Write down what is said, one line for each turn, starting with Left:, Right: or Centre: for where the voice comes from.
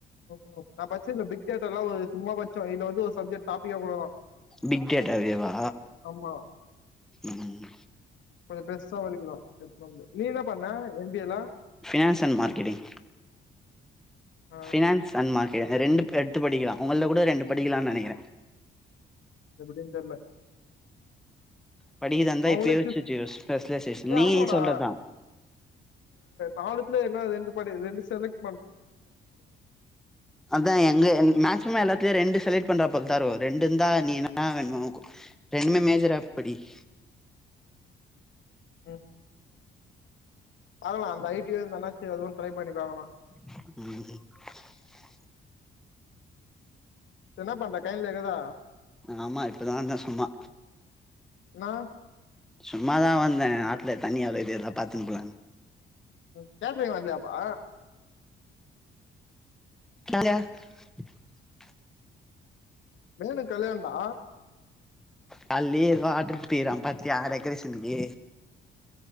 Left: ம்கு நா பச்சல பிக் தியேட்டர்ல ஒரு சும்மா கொஞ்ச சொ இது வந்து ஒரு சப்ஜக்ட் டாப்பிக் அவ்ளோதா
Centre: பிக் டேட்டாவேவா
Left: ஆமா
Centre: ம்
Left: கொஞ்ச பெர்சா வலிக்குதா எத்னு வந்து நீ என்ன பண்ண எம்பிஏல
Centre: பினான்ஸ் அன் மார்கெட்டிங்
Left: ஆ
Centre: பினான்ஸ் அன் மார்க்கெ ரெண்டு எட்த்து படிக்கரா உங்கள்ல கூட ரெண்டு படிக்கலானு நினைக்கிற
Left: எப்டின் தெர்ல
Centre: படிக்கராதா இருந்த
Left: அவங்களே
Centre: இப்போ யோச்சு
Left: சூஸ்
Centre: வச்சுகோ ஸ்பல்லசேஷன்
Left: ஏ
Centre: நீ
Left: ஆமாடா
Centre: சொல்றத்தா
Left: நாலுத்ல என்னா ரெண்டு படி ரெண்டு செலக்
Centre: அதா எங்க ஏ மேக்சிமம் எல்லாத்லியு ரெண்டு செலக்ட் பண்றப்பல தரு ரெண்டு இந்தா நீ என்னா வேண்மோ கு ரெண்டுமே மேஜராப்படி <inaudible>
Left: உம் பாக்கலா அந்த ஐடி அந்தன்னாச்சு அதுவு ட்ரை பண்ணி பாக்கலா
Centre: <inaudible>
Left: என்ன பண்ற கையலக்குதா
Centre: ஆமா இப்பதா இந்த சும்மா
Left: என்னா
Centre: சும்மாதா வந்த ஆத்ல தண்ணி எவ்ளோக்குது அதுலா பாத்துன் போலானு
Left: ம் கேட்ரிங் வல்லியாப்பா
Centre: <unintelligible>
Left: வேனுக் கல்யாண்டா
Centre: காலயே வாட்ரு பீரான்பாத்தியா டெக்கரேஷன்க்கு